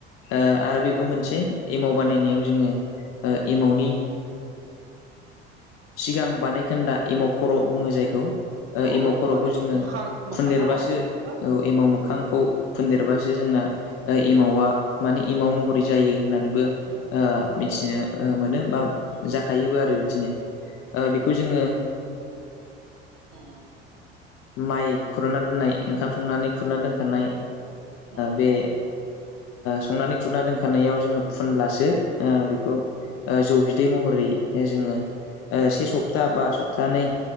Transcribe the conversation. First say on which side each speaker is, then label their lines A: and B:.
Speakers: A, on the left (about 45°); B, on the right (about 65°).
A: ओ आरो बेबो
B: उम
A: मोनसे एमाव बानायनायाव जोङो एमावनि सिगां
B: उम
A: बानायखोन्दा एमाव खर' बुङो जायखौ
B: औ
A: एमाव
B: औ
A: खर'खौ
B: माने
A: जोङो
B: मोखां मोखां
A: फुनदेरबासो
B: ना मा होनोमोनलाय बेखौ
A: औ एमौ मोखांखौ फुनदेरबासो
B: उम
A: जोंना एमावा माने एमाव महरै जायो होननानैबो
B: उम
A: मिथिनो मोनो बा
B: उम
A: जाखायोबो आरो बिदिनो बेखौ जोङो
B: औ
A: माइ खुरना दोननाय ओंखाम संनानै खुरना दोनखानाय
B: उम
A: बे संनानै खुरना दोनखानायाव जोङो फुनब्लासो बेखौ जौ बिदै महरै जोङो से सप्ता बा सप्तानै